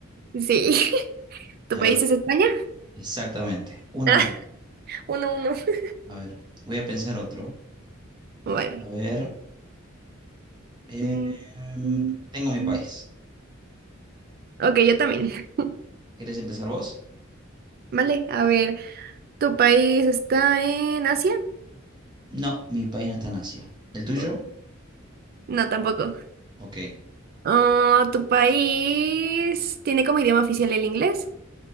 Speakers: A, on the right; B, on the right.
A: Sí. <laughs> ¿Tu
B: A
A: país
B: ver,
A: es España?
B: exactamente. Uno
A: Ah,
B: a uno.
A: uno, uno. <laughs>
B: A ver, voy a pensar otro.
A: Vale.
B: A ver, eh,
A: Mm,
B: em,
A: mm.
B: tengo mi país.
A: mm. Ok, yo también. <laughs>
B: ¿Querés empezar vos?
A: Vale, a ver, ¿tu país está en Asia?
B: No, mi país no está en Asia. ¿El tuyo?
A: Oh, No, tampoco.
B: Ok.
A: Ah, ¿tu país tiene como idioma oficial el inglés?